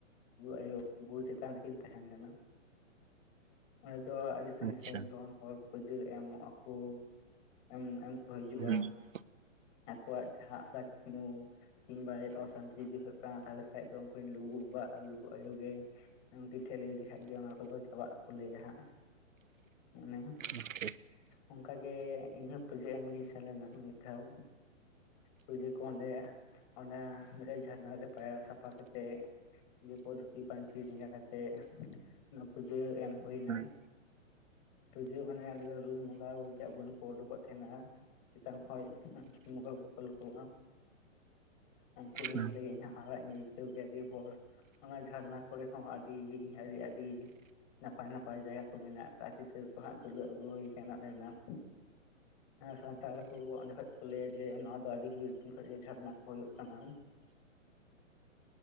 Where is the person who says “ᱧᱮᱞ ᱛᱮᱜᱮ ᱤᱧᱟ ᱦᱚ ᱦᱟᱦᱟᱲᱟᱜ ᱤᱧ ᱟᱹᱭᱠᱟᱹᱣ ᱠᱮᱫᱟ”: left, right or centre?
Left